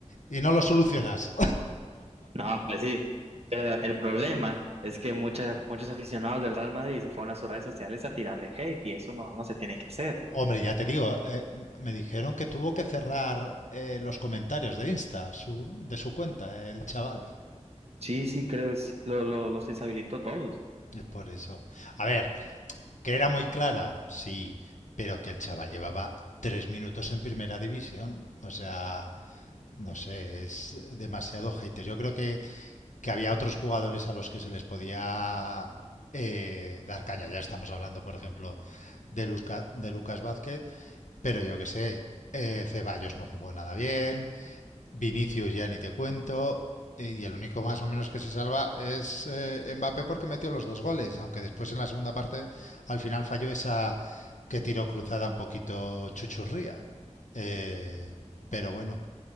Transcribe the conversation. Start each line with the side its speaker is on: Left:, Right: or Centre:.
Left: y no los solucionas.
Right: No, pues sí. Pero el problema es que mucha- muchos aficionados del Real Madrid se fueron a sus redes sociales a tirarle hate y eso no, no se tiene que hacer.
Left: <laughs> Hombre, ya te digo, eh, me dijeron que tuvo que cerrar eh, los comentarios de Insta, su- de su cuenta, el chaval.
Right: Sí, sí, creo que sí, lo, lo- los deshabilitó a todos.
Left: Es por eso. A ver, que era muy clara, sí, pero que el chaval llevaba tres minutos en primera división. O sea, no sé, es demasiado hater. Yo creo que que había otros jugadores a los que se les podía eh, dar caña. Ya estamos hablando, por ejemplo, de, Luzca- de Lucas Vázquez, pero yo que sé, eh, Ceballos no jugó nada bien, Vinicius ya ni te cuento, eh, y el único más o menos que se salva es eh, Mbappé porque metió los dos goles, aunque después en la segunda parte al final falló esa que tiró cruzada un poquito chuchurría. Eh, pero bueno,